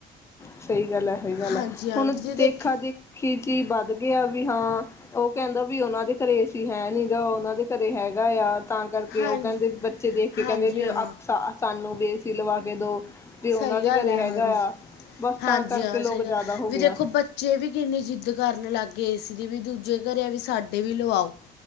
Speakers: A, on the left; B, on the left.
A: ਸਹੀ ਗੱਲ ਹੈ ਸਹੀ ਗੱਲ
B: ਹਾਂਜੀ
A: ਹੈ
B: ਹਾਂ
A: ਹੁਣ
B: ਜੇ ਦੇਖਿਓ
A: ਦੇਖਾ ਦੇਖੀ ਚੀ ਬਾਤ ਵਧੀਆ ਵੀ ਹਾਂ ਉਹ ਕਹਿੰਦਾ ਵੀ ਉਹਨਾਂ ਦੇ ਘਰੇ ਏਸੀ ਹੈ ਨੀ ਗਾ ਉਹਨਾਂ ਦੇ ਘਰੇ ਹੈਗਾ ਆ। ਤਾਂ ਕਰਕੇ
B: ਹਾਂਜੀ
A: ਉਹ ਕਹਿੰਦੇ ਬੱਚੇ ਦੇਖ ਕੇ
B: ਹਾਂਜੀ
A: ਕਹਿੰਦੇ ਵੀ
B: ਹਾਂ
A: ਸਾਨੂੰ ਬੇਸੀ ਲਵਾ ਕੇ ਦਉ। ਵੀ ਉਹਨਾਂ
B: ਸਹੀ
A: ਦੇ
B: ਗੱਲ
A: ਘਰੇ
B: ਹੈ ਹਾਂਜੀ।
A: ਹੈਗਾ ਆ। ਬਸ
B: ਹਾਂਜੀ
A: ਤਾਂ ਕਰਕੇ
B: ਹਾਂ
A: ਲੋਕ
B: ਸਹੀ
A: ਜ਼ਿਆਦਾ
B: ਗ
A: ਹੋ
B: ਵੀ
A: ਗਿਆ,
B: ਦੇਖੋ ਬੱਚੇ ਵੀ ਕਿੰਨੀ ਜਿੱਦ ਕਰਨ ਲੱਗ ਗਏ ਏਸੀ ਜਿਵੇਂ ਦੂਜੇ ਘਰ, ਵੀ ਸਾਡੇ ਵੀ ਲਵਾਓ।